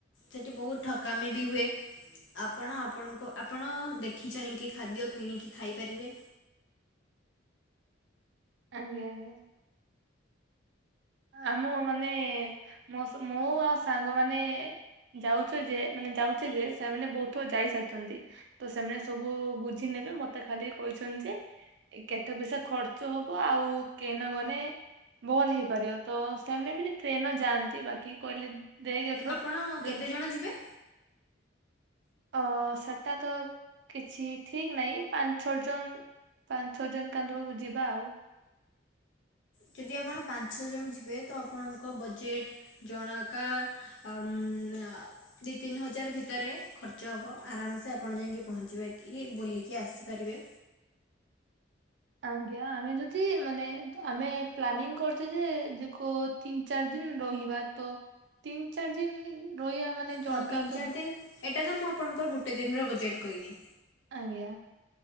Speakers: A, on the left; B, on the right.
A: ସେଠି ବହୁତ ଠକାମି ବି ହୁଏ। ଆପଣ ଆପଣଙ୍କ ଆପଣ ଦେଖି ଚାହିଁକି ଖାଦ୍ୟ କିଣିକି ଖାଇପାରିବେ।
B: ଆଂଞ ଆଂଞ। ଆ ମୁଁ ମାନେ ମୋ ମୁଁ ଆଉ ସାଙ୍ଗମାନେ ଯାଉଛ ଯେ ମାନେ ଯାଉଛେ ଯେ ସେମାନେ ବହୁତଥଟ ଯାଇସାରିଛନ୍ତି। ତ ସେମାନେ ସବୁ ବୁଝି ନେବେ ମତେ ଖାଲି କହିଛନ୍ତି ଯେ କେତେ ପଇସା ଖର୍ଚ୍ଚ ହବ ଆଉ କେନ ଗଲେ ଭଲ ହେଇପାରିବ। ତ ସେମାନେ ବି ଟ୍ରେନଟ ଯାଆନ୍ତି ବାକି କହିଲେ ଦେଇକି ଏଥର
A: ଆପଣ କେତେଜଣ
B: ଯଦି
A: ଯିବେ
B: ଅ ସେଟା ତ କିଛି ଠିକ ନାହିଁ ପାଞ୍ଚ ଛଅ ଜଣ ପାଞ୍ଚ ଛଅ ଜଣ ତାଧିଅରୁ ଯିବା ଆଉ।
A: ଯଦି ଆପଣ ପାଞ୍ଚ ଛଅ ଜଣ ଯିବେ ତ ଆପଣଙ୍କ ବଜେଟ୍ ଜଣକା ଆଉ ମ ଅ ଦୁଇ ତିନି ହଜାର ଭିତରେ ଖର୍ଚ୍ଚ ହେବ ଆରାମସେ ଆପଣ ଯାଇକି ପହଞ୍ଚିବା କି ବୁଲିକି ଆସିପାରିବେ।
B: ଆଜ୍ଞା ଆମେ ଯଦି ମାନେ ଆମେ ପ୍ଲାନିଂ କରୁଛେ ଦେଖ ତିନି ଚାରି ଦିନ ରହିବା ତ ତିନି ଚାରି ଦିନ ରହିବା ମାନେ ଜଣକା
A: ଓ ତିନି
B: ତ
A: ଚାରି ଦିନ ଏଇଟା ତ ମୁଁ ଆପଣଙ୍କର ଗୋଟେ ଦିନର ବଜେଟ୍ କହିନି।
B: ଆଜ୍ଞା।